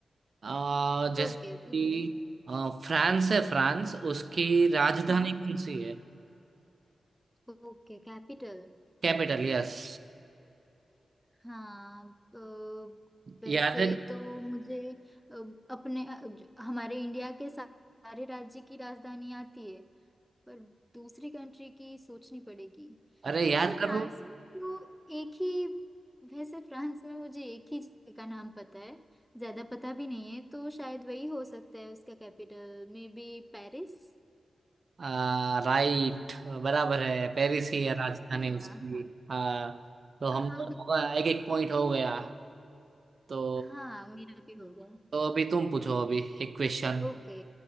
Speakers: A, on the right; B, in the centre.
A: अ, जैसे
B: ओके
A: कि
B: पूछो
A: अ, फ्रांस है फ्रांस उसकी राजधानी
B: हाँ
A: कौन सी है
B: Okay capital
A: Capital yes
B: हाँ तो वैसे
A: याद है
B: तो मुझे अ, अपने अ, जो- हमारे इंडिया के सा- सारे राज्य की राजधानी आती है पर दूसरी कंट्री की सोचनी पड़ेगी
A: अरे
B: वैसे
A: याद
B: फ्रांस
A: करो
B: में तो एक ही वैसे फ्रांस में मुझे एक ही जगह का नाम पता है ज्यादा पता भी नहीं है तो शायद वही हो सकता है उसका कैपिटल मे बी पेरिस
A: आ, राइट बराबर है पेरिस ही है राजधानी
B: है
A: उसकी
B: ना हाँ
A: हाँ तो हम
B: हाँ
A: दोनों का एक एक पॉइंट हो गया तो
B: हाँ मेरा भी हो गया
A: तो अभी तुम पूछो अभी एक क्वेश्चन
B: ओके